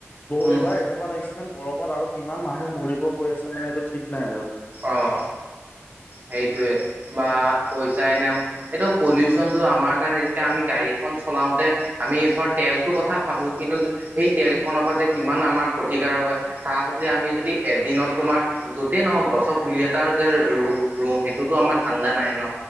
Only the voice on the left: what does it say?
বহু
এইবাৰ এনেকুৱা লাগিছে যেন গৰমত আৰু কিমান মানুহ মৰিব গৈ আছে মানে এইটো ঠিক নাই আৰু